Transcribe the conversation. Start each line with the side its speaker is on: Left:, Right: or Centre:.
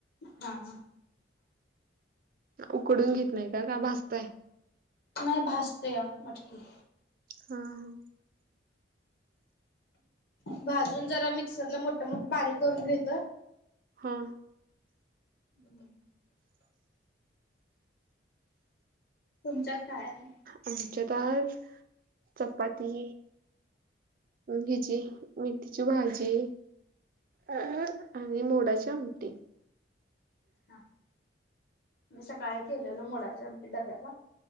Left: हां हां
Right: उकडून घेत नाही का? का भाजताय.
Left: नाही भाजतेया मटकी.
Right: हा हां
Left: भाजून जरा मिक्सरला मोठमोठ बारीक करून घेत.
Right: हां
Left: हम्म तुमच्या काय आहे?
Right: आमच्यात आज चपाती, हिची मेथिची भाजी. अ आणि मोडाची आमटी.
Left: हा मी सकाळी केलेलो मुडाची आमटी डब्याला.